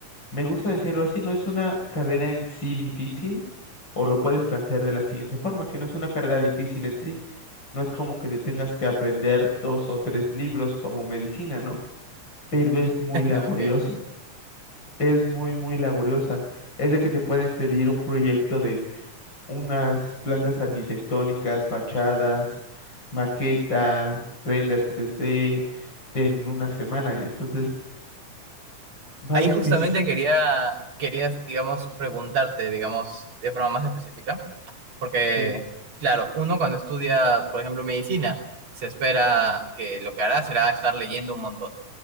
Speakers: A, on the left; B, on the right.
A: Me gusta decirlo así, no es una carrera en sí difícil, o lo puedes plantear de la siguiente forma, que no es una carrera difícil en sí, no es como que te tengas que aprender dos o tres libros como medicina, ¿no? pero es muy laboriosa.
B: Ok.
A: Es muy, muy laboriosa. Es de que te pueden pedir un proyecto de unas plantas arquitectónicas, fachadas, maqueta, renders tres d en una semana. Entonces, vaya
B: Ahí justamente
A: que sí.
B: quería, quería, digamos, preguntarte, digamos, de forma más específica, porque,
A: sí.
B: claro, uno cuando estudia, por ejemplo, medicina, se espera que lo que hará será estar leyendo un montón.